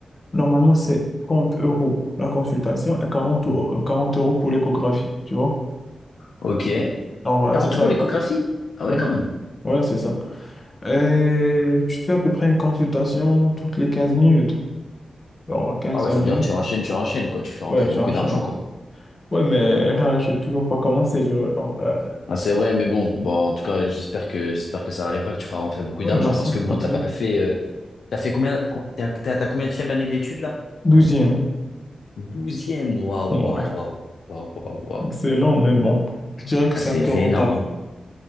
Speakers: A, on the left; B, on the left.
A: normalement, c'est 30 euros la consultation et quarante ou- euh, 40 euros pour l'échographie, tu vois?
B: ok.
A: Alors voilà,
B: 40
A: c'est ça.
B: euros l'échographie? Ah
A: Ouais,
B: ouais, quand même.
A: ouais, c'est ça. Euh, tu fais à peu près une consultation toutes les quinze minutes. Alors quinze
B: Ah ouais,
A: vingt
B: ça
A: minutes.
B: veut dire que tu enchaînes, tu enchaînes, quoi. Tu fais rentrer
A: Ouais, tu
B: beaucoup
A: enchaînes.
B: d'argent, quoi.
A: Ouais, mais là, je n'ai toujours pas commencé, tu vois. Alors, euh,
B: Ah, c'est vrai, mais bon, bon, en tout cas, j'espère que, j'espère que ça arrivera, que tu feras rentrer beaucoup
A: ouais,
B: d'argent,
A: merci,
B: parce que bon,
A: merci.
B: t'as pas fait, euh, t'as fait combien, co- t'as, t'as, t'as combien de année d'études là?
A: douzième
B: Douzième, waouh,
A: Ouais,
B: waouh, waouh, waouh, waouh, waouh.
A: excellent, mais bon. Je dirais que
B: Ah,
A: c'est
B: c'est
A: un peu
B: c'est
A: rentable.
B: énorme, hein.